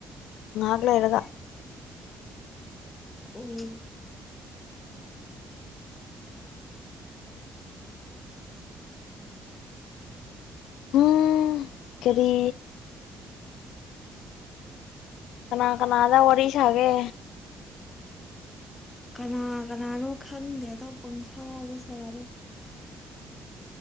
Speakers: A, on the left; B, on the left.
A: ꯉꯥꯍꯥꯛ ꯂꯩꯔꯒ
B: ꯎꯝ
A: ꯎꯝ ꯀꯔꯤ ꯀꯅꯥ ꯀꯅꯥꯗ ꯋꯥꯔꯤ ꯁꯥꯒꯦ
B: ꯀꯅꯥ ꯀꯅꯥꯅꯣ ꯈꯪꯗꯦꯗ ꯄꯪꯁꯥꯗ ꯁꯥꯔꯦ